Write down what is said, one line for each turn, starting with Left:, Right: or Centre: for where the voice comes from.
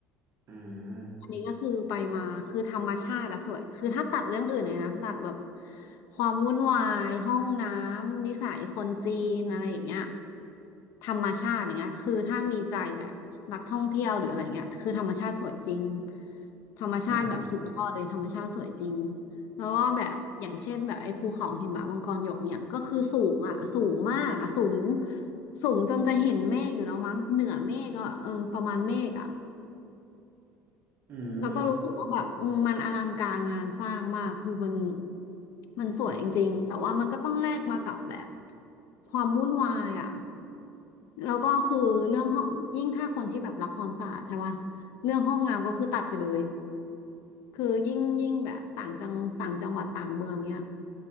Right: อืม
Left: อันนี้ก็คือไปมาคือธรรมชาติอะสวยคือถ้าตัดเรื่องอื่นเลยนะตัดแบบความวุ่นวายห้องน้ำนิสัยคนจีนอะไรอย่างเงี้ยธรรมชาติอย่างเงี้ยคือถ้ามีใจแบบนักท่องเที่ยวหรืออะไรเงี้ยคือธรรมชาติสวยจริงธรรมชาติแบบสุดยอดเลยธรรมชาติสวยจริง
Right: อืม
Left: แล้วก็แบบอย่างเช่นแบบไอ้ภูเขาหิมะมังกรหยกเนี่ยก็คือสูงอ่ะสูงมากอ่ะสูงสูงจนจะเห็นเมฆอยู่แล้วมั้งเหนือเมฆอ่ะเออประมาณเมฆอ่ะ
Right: อืม
Left: แล้วก็รู้สึกว่าแบบอืมมันอลังการงานสร้างมากคือมันมันสวยจริงๆแต่ว่ามันก็ต้องแลกมากับแบบความวุ่นวายอ่ะแล้วก็คือเรื่องห้องยิ่งถ้าคนที่แบบรักความสะอาดใช่ป่ะเรื่องห้องน้ำก็คือตัดไปเลยคือยิ่งยิ่งแบบต่างจังต่างจังหวัดต่างเมืองเนี้ย